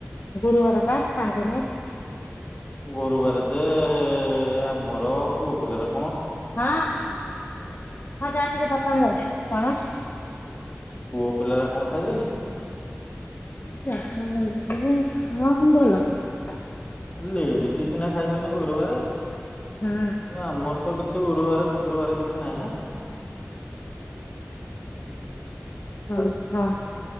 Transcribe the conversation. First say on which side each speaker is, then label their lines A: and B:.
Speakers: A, on the left; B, on the left.
A: ଗୁରୁବାର ପା ଖାଆନ୍ତି ନି।
B: ଗୋରୁବାର ଯେ ଏ, ଏ, ଏ, ଏ, ଆମର ପୁଅ ପିଲାର
A: ହଁ ହଁ ଯାହା ଟିକେ ଧରିଥା ମୁଁ ଯାଉଚି କଣ
B: ପୁଅ ପିଲାର କଣ ଖାଇବେନି।
A: ଯାହା ହେଲେ ବି ହଁ ଭଲ ନୁହଁ।
B: ଲେଡିଜ ସିନା ଖାଇବେନି ଗୁରୁବାରେ।
A: ହୁଁ
B: ନା ଆମର ତ କିଛି ଗୁରୁବାର ଶୁକ୍ରବାର କିଛି ନାହିଁ ନା।
A: ହଁ ହଁ।